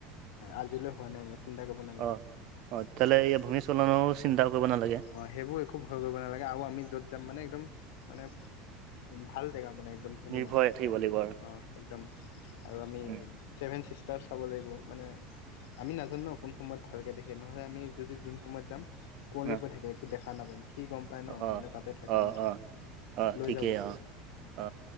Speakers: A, on the left; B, on the right.
A: আজিলৈ হোৱা নাই মানে। চিন্তা কৰিব নালাগে
B: অঁ, অঁ তেতিয়াহ'লে এই ভূমিস্খলনৰও চিন্তা কৰিব নালাগে।
A: অঁ সেইবোৰ একো ভয় কৰিব নালাগে। আৰু আমি য'ত যাম মানে একদম মানে ভাল জেগা মানে একদম ধুনীয়া
B: নিৰ্ভয়ে
A: অঁ
B: থাকিব লাগিব আৰু
A: একদম। আৰু আমি
B: উম
A: ছেভেন ছিষ্টাৰছ চাব লাগিব। মানে আমি নাজানো নহয় কোন সময়ত ভালকৈ দেখে? নহ'লে আমি যদি যোন সময়ত যাম কঁৱলি
B: অ
A: পৰি থাকে একো দেখা নাপাম। সি গ'ম পায় ন,
B: অ
A: মানে তাতে থকা
B: অ
A: মানু্হ
B: অ অ
A: লৈ
B: ঠিকেই
A: যাব।
B: অ অ